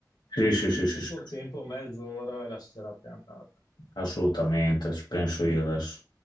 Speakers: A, on the left; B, on the left.
A: Sì, sì, sì, sì,
B: Tempo,
A: sì,
B: tempo, mezz'ora e la serata è andata.
A: assolutamente, ci penso io adesso.